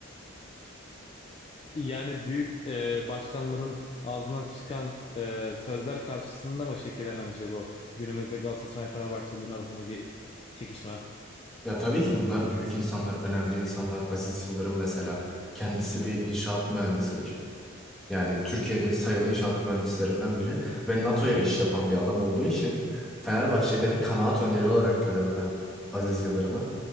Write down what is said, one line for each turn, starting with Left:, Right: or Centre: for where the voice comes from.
Left: Yani büyük e, başkanların ağzından çıkan e, sözler karşısında mı şekillenen bir şey bu? Günümüzde Galatasaray Fenerbahçelilerin arasındaki çekişme.
Centre: Ya tabii ki bunlar büyük insanlar, önemli insanlar. Aziz Yıldırım mesela kendisi bir inşaat mühendisidir. Yani Türkiye'nin sayılı inşaat mühendislerinden biri ve NATO'ya iş yapan bir adam olduğu için Fenerbahçelilerin kanaat önderi olarak görüyorum ben Aziz Yıldırım'ı.